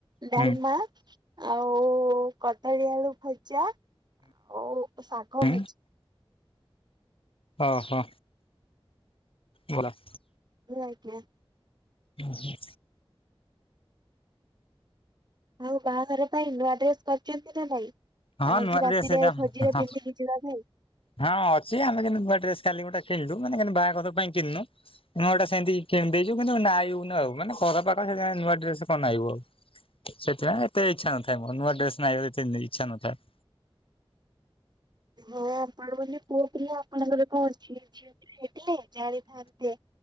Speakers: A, on the right (about 45°); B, on the left (about 70°).
A: ଡ଼ାଲମା
B: ହୁଁ
A: ଆଉ କଦଳୀ ଆଳୁ ଭଜା ଆଉ ଶାଗ
B: ହୁଁ
A: ଭଜା।
B: ଓହୋ ବୋଲା
A: ହଉ ଆଜ୍ଞା।
B: ଉଁ ହୁଁ।
A: ଆଉ ବାହାଘର ପାଇଁ ନୂଆ ଡ୍ରେସ୍ କରିଛନ୍ତି ନା ନାଇଁ
B: ହଁ
A: ଆଜି
B: ନୂଆ
A: ରାତିରେ
B: ଡ୍ରେସ ଏଇଟା ହଁ
A: ଭୋଜିରେ ପିନ୍ଧିକି ଜିବାକୁ
B: ହଁ ଅଛି ଆମେ କିନ୍ତୁ ନୂଆ ଡ୍ରେସ୍ କାଲି ଗୋଟେ କିଣିଲୁ ମାନେ କିନ୍ତୁ ବାହାଘର ପାଇଁ କିଣିନୁ ନୂଆଟା ସେମିତି କେଣି ଦେଇଛୁ କିନ୍ତୁ ନାଇବୁନୁ ଆଉ ମାନେ ଘରପାଖରେ ସେଇଥିପାଇଁ ନୂଆ ଡ୍ରେସ୍ କଣନାଇବୁ ଆଉ। ସେଥିପାଇଁ ଏତେ ଇଚ୍ଛା ନଥାଏ ମୋର ନୂଆ ଡ୍ରେସ୍ ନାଇବାକୁ ଏତେ ଇଚ୍ଛା ନଥାଏ।
A: ହଁ ଆପଣ ବୋଲି ପୁଅ ପିଲା ଆପଣଙ୍କରକଣ ଅଛି ଝିଅଟିଏ ହେଇଥିଲେ ଜାଣିଥାନ୍ତେ।